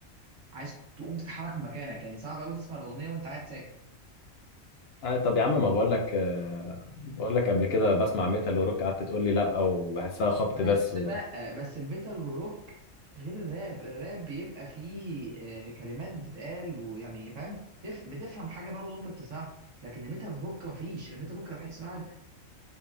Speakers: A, on the right; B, on the left.
A: عايز تقوم تتحرك من مكانك يعني صعب قوي تسمع الاغنيه وانت قاعد ساكت
B: آه طب يا عم ما بقول لك آه بقول لك قبل كده بسمع ميتال وروك قعدت تقول لي لا وبحسها خبط
A: بس
B: بس و...
A: لا بس الميتال والروك غير الراب الراب بيبقى فيه آه، كلمات بتتقال ويعني فاهم تف... بتفهم حاجه برضو انت بتسمعها لكن الميتال روك مفيش الميتال روك انا بحس إن واحد